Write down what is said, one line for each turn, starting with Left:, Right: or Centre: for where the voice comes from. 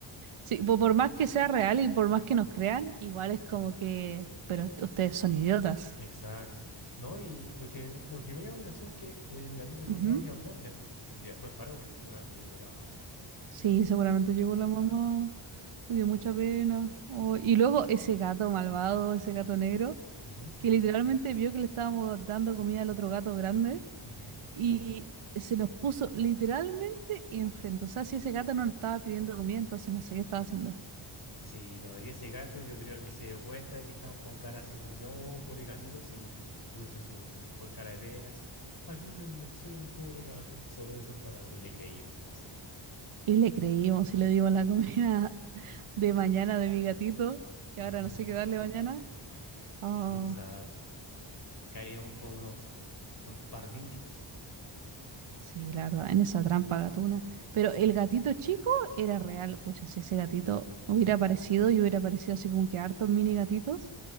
Right: Sí, po- por más que sea real y por más que nos crean, igual es como que, pero ustedes son idiotas.
Left: Exacto. No, y lo que, lo que me llamó la atención es que el gatito hizo
Right: Ujú.
Left: miau, miau, miau, y, de- y después paró porque seguramente llegó la mamá, así que...
Right: Sí, seguramente llegó la mamá, me dio mucha pena. Oh, y luego ese gato malvado, ese gato negro,
Left: ujú.
Right: que literalmente vio que le estábamos dando comida al otro gato grande
Left: Ujú.
Right: y se nos puso literalmente enfrente. O sea, si ese gato no nos estaba pidiendo comida, entonces no sé qué estaba haciendo.
Left: Sí, no, y ese gato yo creo que se dio cuenta de que estamos con cara así como que, oh, pobre gatito, y puso su mejor cara de pena, así, ayúdenme, soy un pobre gato, solo desamparado. Y le creímos más encima.
Right: Y le creímos y le dimos la comida <laughs> de mañana de mi gatito, que
Left: Ujú,
Right: ahora no sé qué darle mañana. Ah,
Left: Exacto. Caímos como unos, unos pardillos.
Right: Sí, la verdad, en esa trampa gatuna. Pero el gatito chico era real. Pucha, si ese gatito hubiera aparecido y hubiera aparecido así como que hartos mini gatitos,